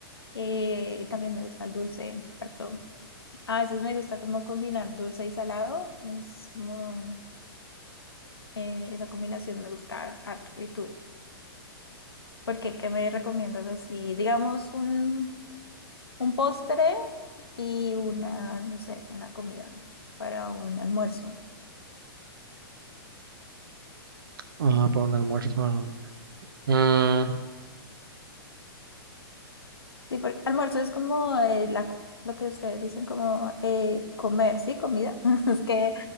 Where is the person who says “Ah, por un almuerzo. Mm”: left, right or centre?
Right